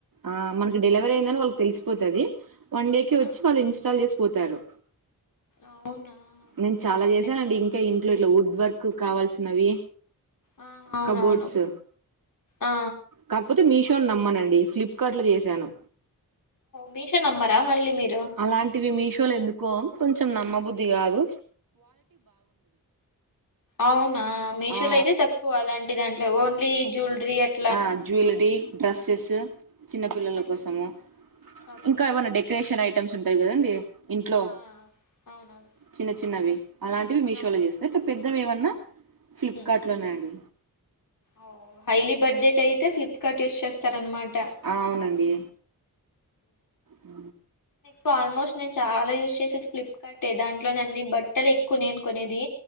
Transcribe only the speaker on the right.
ఆ మనకి డెలివరీ అయిందని వాళ్ళకి తెలిసిపోతది వన్ డే కి వచ్చి
వాళ్ళ్ ఇన్స్టాల్ చేసి పోతారు
నేను
చాలా జేసాన్ అండి ఇంకా ఇంట్లో ఇట్లా వుడ్ వర్క్ కావాల్సినవి
కబోడ్స్
కాక్పోతే మీష్ ఓన్ నమ్మనండి ఫ్లిప్కార్ట్లో చేశాను
అలాంటివి మీషోలు ఎందుకో కొంచెం నమ్మబుద్ధి గాదు
ఆ
ఆ జ్యువెలరీ డ్రెస్సెస్ చిన్న పిల్లల
కోసము
ఇంకా
ఏవన్న డెకరేషన్ ఐటమ్స్ ఉంటయి కదండి ఇంట్లో
చిన్న చిన్నవి అలాంటివి మీషోలో
చేస్త ఇట్ల పెద్దవి ఏవన్న ఫ్లిప్కార్ట్
లోనే అండి
ఆ అవునండి ఆ